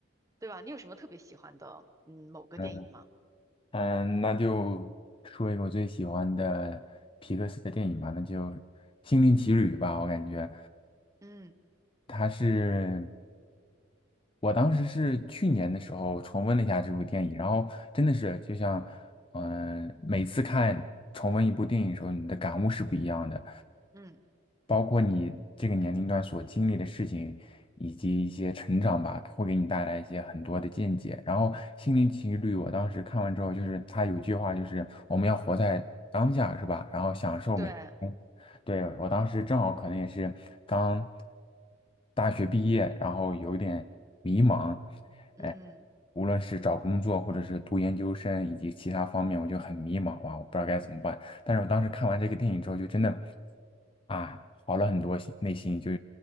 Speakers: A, on the right (about 15°); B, on the left (about 25°).
A: 对吧？你有什么特别喜欢的，嗯，某个电影吗？
B: 嗯嗯，那就说一个我最喜欢的皮克斯的电影吧，那就《心灵奇旅》吧，我感觉
A: 嗯
B: 它是。我当时是去年的时候重温了一下这部电影，然后真的是就像，嗯、每次看重温一部电影的时候，你的感悟是不一样的，
A: 嗯，
B: 包括你这个年龄段所经历的事情，以及一些成长吧，会给你带来一些很多的见解。然后《心灵奇旅》，我当时看完之后，就是他有句话，就是我们要活在当下，是吧？然后享受每。
A: 对，
B: 对，我当时正好可能也是刚大学毕业，然后有点迷茫，哎，
A: 嗯
B: 无论是找工作，或者是读研究生，以及其他方面，我就很迷茫哇，我不知道该怎么办。但是我当时看完这个电影之后，就真的啊，好了很多心，内心就